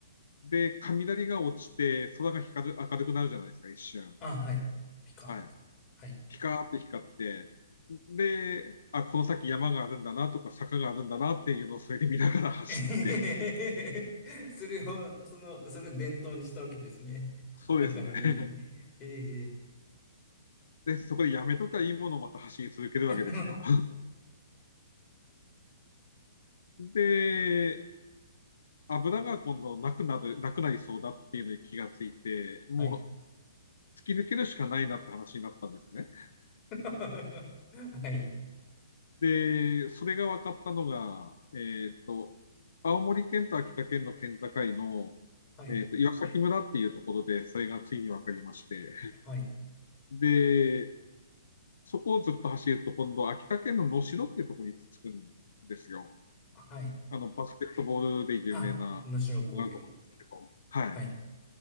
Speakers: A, on the left; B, on the left.
A: で、雷が落ちて、空が光る、明るくなるじゃないですか、一瞬。
B: あ、はい。ピカッと。
A: はい。
B: はい。
A: ピカーって光って、で、あ、この先山があるんだなとか坂があるんだなっていうのをそれで見ながら走って、
B: <laughs> えへへへへそれを、その、それを伝統にしたわけですね。
A: そうですね。
B: 明かりに。
A: <laughs>
B: ええ
A: で、そこでやめときゃいいものをまた走り続けるわけですよ。
B: <laughs>
A: で、油が今度なくなる、なくなりそうだっていうのに気がついて、も
B: はい。
A: う突き抜けるしかないなって話になったんですね。
B: <laughs> はい。
A: で、それが分かったのが、えっと、青森県と秋田県の県境の、
B: はい。
A: えっと、岩崎村っていうところで、それがついに分かりまして、
B: はい。
A: で、そこをずっと走ると、今度、秋田県の能代っていうところに着くんですよ。
B: はい。
A: あの、バスケットボールで有名な、
B: あ、能代工業。
A: なるとこなですけど、はい。
B: はい。